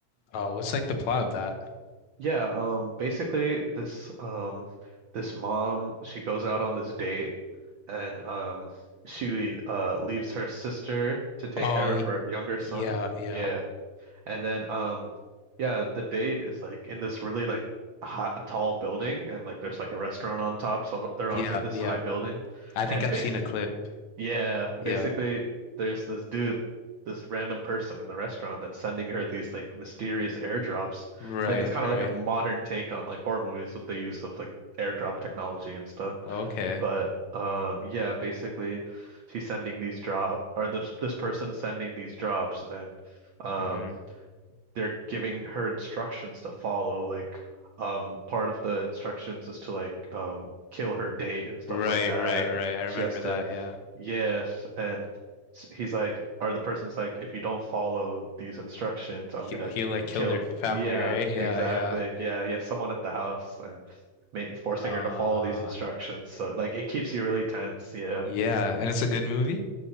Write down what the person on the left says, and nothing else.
Uh, what's like the plot of that?
Oh,
y-
yeah, yeah,
yeah,
yeah.
I think
I've
seen a clip.
Yeah.
Right,
right.
Okay.
hmm
Right,
right, right. I remember
that. Yeah.
He,
he like
killed
their family,
right? Yeah,
yeah.
Uh,
yeah. And it's a good movie.